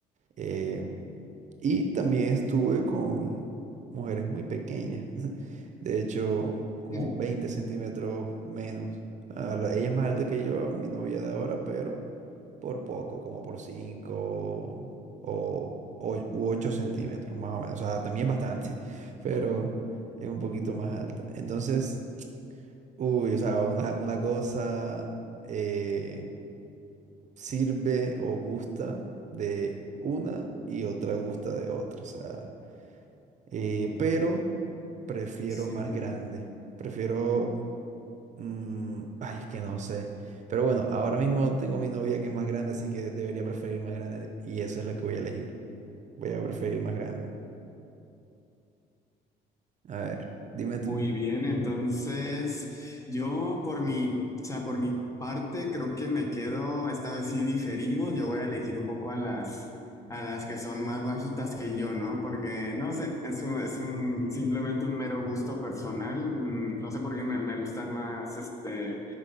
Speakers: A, on the right (about 45°); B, on the left (about 20°).
A: eh, y también estuve con mujeres muy pequeñas. <laughs> De hecho, como
B: <laughs>
A: 20 centímetros menos. Ah, la- ella es más alta que yo, mi novia de ahora, pero por poco, como por 5 o, 8 centímetros, más o menos. O sea, también es bastante, <laughs> pero es un poquito más alta. Entonces, uy, o sea, una, una cosa eh, sirve o gusta de una y otra gusta de otra. O sea, eh, pero prefiero
B: Sí,
A: más grande. Prefiero Mm, ay, es que no sé. Pero bueno, ahora mismo tengo mi novia que es más grande, así que debería preferir más grande y eso es lo que voy a elegir. Voy a preferir más grande. A ver, dime tú.
B: muy bien. Entonces, yo por mi, o sea, por mi parte, creo que me quedo, esta vez sí diferimos, yo voy a elegir un poco a las, a las que son más bajitas que yo, ¿no? Porque, no sé, es un, es un- simplemente un mero gusto personal. Mm, No sé por qué me, me gustan más, este,